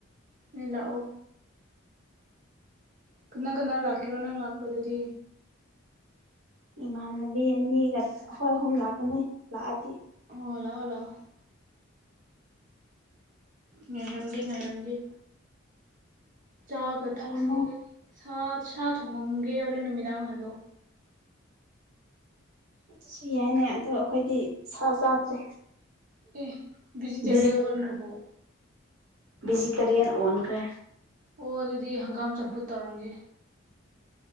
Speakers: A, on the right; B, on the right.
A: ꯅꯣꯏ ꯂꯥꯛꯑꯣ ꯀꯅꯥ ꯀꯅꯥ ꯂꯥꯛꯀꯦꯔꯣ ꯅꯪ ꯂꯥꯛꯄꯗꯗꯤ
B: ꯏꯃꯥꯟꯅꯕꯤ ꯑꯅꯤꯒ ꯑꯩꯈꯣꯏ ꯑꯍꯨꯝ ꯂꯥꯛꯀꯅꯤ ꯂꯥꯛꯑꯗꯤ
A: ꯑꯣ ꯂꯥꯛꯑꫭ ꯂꯥꯛꯑꯣ ꯉꯥꯏꯔꯝꯒꯦ ꯉꯥꯏꯔꯝꯒꯦ ꯆꯥꯒ
B: ꯂꯩꯔꯝꯃꯣ
A: ꯊꯛꯁꯦ ꯁꯥ ꯁꯥ ꯊꯣꯡꯉꯝꯒꯦ ꯍꯣꯔꯦꯟ ꯅꯨꯃꯤꯗꯥꯡ ꯍꯜꯂꯣ
B: ꯑꯗꯨꯁꯨ ꯌꯥꯏꯅꯦ ꯑꯗꯣ ꯑꯩꯈꯣꯏꯗꯤ ꯁꯥ ꯆꯥꯗ꯭ꯔꯦ
A: ꯑꯦ ꯚꯤꯖꯤꯇꯔꯤꯌꯥꯟ
B: ꯚꯤꯖꯤ
A: ꯑꫭꯟꯈ꯭ꯔꯕꫭ
B: ꯚꯤꯖꯤꯇꯔꯤꯌꯥꯟ ꯑꯣꯟꯈ꯭ꯔꯦ
A: ꯑꯣ ꯑꯗꯨꯗꯤ ꯍꯪꯒꯥꯝ ꯆꯝꯐꯨꯠ ꯇꯧꯔꯝꯒꯦ